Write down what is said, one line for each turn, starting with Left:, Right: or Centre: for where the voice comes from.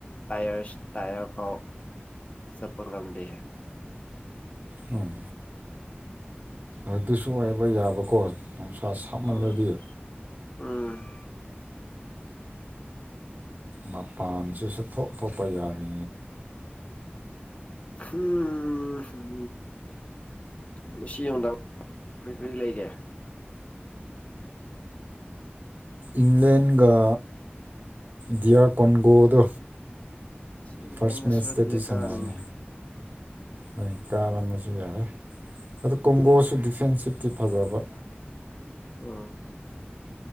Left: ꯇꯥꯏꯌꯔꯁ ꯇꯥꯏꯌꯔ ꯐꯥꯎ ꯆꯠꯄ ꯉꯝꯗꯦ
Right: ꯎꯝ ꯑꯗꯨꯁꯨ ꯑꯣꯏꯕ ꯌꯥꯕꯀꯣ ꯅꯨꯡꯁꯥ ꯁꯥꯃꯜꯂꯗꯤ
Left: ꯎꯝ ꯎꯝ
Right: ꯃꯄꯥꯟꯁꯤꯁꯨ ꯊꯣꯛ ꯊꯣꯛꯄ ꯌꯥ <unintelligible>
Left: ꯍꯝ ꯍꯝ ꯉꯁꯤ ꯅꯨꯡꯗꯥꯡ ꯀꯔꯤ ꯀꯔꯤ ꯂꯩꯒꯦ
Right: ꯏꯪꯂꯦꯟꯒ ꯗꯤꯌꯥ ꯀꯣꯟꯒꯣꯗꯣ
Left: ꯏꯪꯂꯦꯟꯅ
Right: ꯐꯥꯔꯁ ꯃꯦꯆꯇꯗꯤ
Left: ꯁꯣꯏꯗꯕꯤꯗ
Right: ꯁꯅꯥꯅꯤ
Left: ꯀꯥꯅꯤꯅꯦ
Right: ꯍꯣꯏ ꯀꯥꯔ ꯑꯃꯁꯨ ꯌꯥꯔꯦ ꯑꯗꯨ ꯀꯣꯡꯒꯣꯁꯨ
Left: ꯎꯝ
Right: ꯗꯤꯐꯦꯟꯁꯤꯞꯇꯤ ꯐꯖꯕ
Left: ꯎꯝ